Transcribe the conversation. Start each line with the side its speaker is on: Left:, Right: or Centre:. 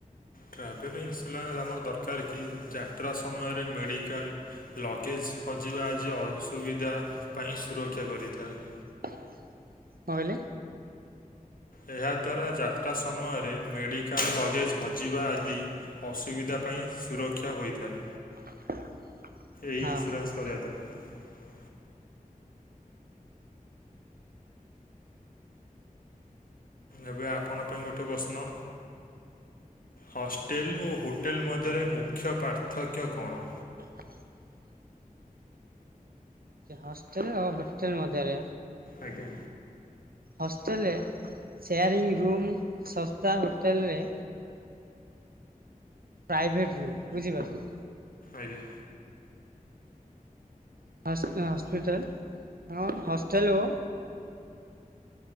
Left: ଟ୍ରାଭେଲ ଇନ୍ସୁରାନ୍ସ ଆମର ଦରକାର କି -ଯାତ୍ରା ସମୟରେ ମେଡ଼ିକାଲ ଲଗେଜ ହଜିବା ଆଜି ଅସୁବିଧା ପାଇଁ ସୁରକ୍ଷା କରିଥାଏ।
Right: କଣ କହିଲେ?
Left: ଏହାଦ୍ୱାରା ଯାତ୍ରା ସମୟରେ ମେଡ଼ିକାଲ ଲଗେଜ ହଜିବା ଆଦି ଅସୁବିଧା ପାଇଁ ସୁରକ୍ଷା ହୋଇଥାଏ।
Right: <unintelligible>
Left: ଏଇ ଇନ୍ସୁରାନ୍ସ
Right: ହଁ
Left: କରିବା ଦ୍ୱାରା। ଏବେ ଆପଣଙ୍କ ପାଇଁ ଗୋଟେ ପ୍ରଶ୍ନ? ହଷ୍ଟେଲ ଓ ହୋଟେଲ ମଧ୍ୟରେ ମୁଖ୍ୟ ପାର୍ଥକ୍ୟ କଣ?
Right: <inaudible> ହଷ୍ଟେଲ ଓ ହୋଟେଲ ମଧ୍ୟରେ
Left: ଆଜ୍ଞା
Right: ହୋଷ୍ଟେଲରେ ଶେୟାରିଂ ରୁମ ଶସ୍ତା, ହୋଟେଲରେ ପ୍ରାଇଭେଟ ରୁମ ବୁଝିପାରୁଛ।
Left: ଆଜ୍ଞା।
Right: ହସ୍ପିଟାଲ ହ ହଷ୍ଟେଲ ଓ